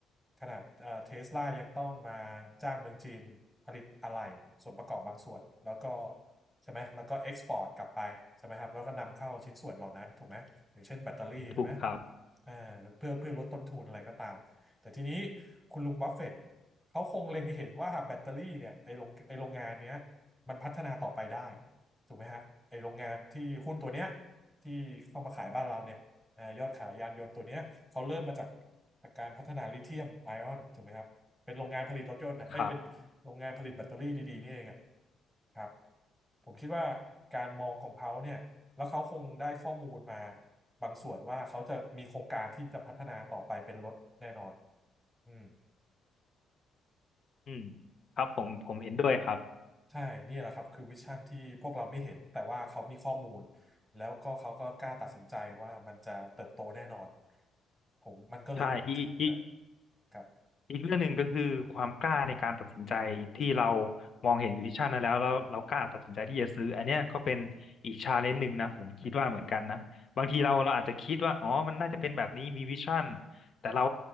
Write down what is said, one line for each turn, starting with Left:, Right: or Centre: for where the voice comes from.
Centre: ขนาดเอ่อเทสลายังต้องมาจ้างเมืองจีนผลิตอะไหล่ส่วนประกอบบางส่วนแล้วก็ใช่ไหมแล้วก็เอ็กซ์พอร์ตกลับไปใช่ไหมครับแล้วก็นำเข้าชิ้นส่วนเหล่านั้นถูกไหมอย่างเช่นแบตเตอรี่ใช่ไหม
Left: ถูกครับ
Centre: เอ่อเพื่อเพื่อลดต้นทุนอะไรก็ตามแต่ทีนี้คุณลุงบัฟเฟตต์เขาคงเล็งเห็นว่าแบตเตอรี่เนี่ยไอโรงไอโรงงานเนี้ยมันพัฒนาต่อไปได้ ถูกไหมฮะไอโรงงานที่หุ้นตัวเนี้ยที่เข้ามาขายบ้านเราเนี่ยเอ่อยอดขายยานยนต์ตัวเนี้ยเขาเริ่มมาจากการพัฒนาลิเธียมไอออนถูกไหมครับเป็นโรงงานผลิตรถยนต์นะเอ้ยเป็นโรงงานผลิตแบตเตอรี่ดีๆนี่เองอะ
Left: ครับ
Centre: ครับผมคิดว่าการมองของเขาเนี่ยแล้วเขาคงได้ข้อมูลมาบางส่วนว่าเขาจะมีโครงการที่จะพัฒนาต่อไปเป็นรถแน่นอนอืม
Left: อืมครับผมผมเห็นด้วยครับ
Centre: ใช่ นี่แหละครับ คือวิชั่นที่พวกเราไม่เห็น แต่ว่าเขามีข้อมูล แล้วก็เขาก็กล้าตัดสินใจว่ามันจะเติบโตแน่นอน ผมมันก็เลยกลายเป็น
Left: ใช่อีกอีก
Centre: ครับ
Left: อีกเรื่องหนึ่งก็คือความกล้าในการตัดสินใจที่เรามองเห็นวิชั่นนั้นแล้วแล้วเรากล้าตัดสินใจที่จะซื้ออันเนี้ยก็เป็นอีกชาเลนจ์หนึ่งนะผมคิดว่าเหมือนกันนะบางทีเราเราอาจจะคิดว่าอ๋อมันน่าจะเป็นแบบนี้มีวิชั่นแต่เรา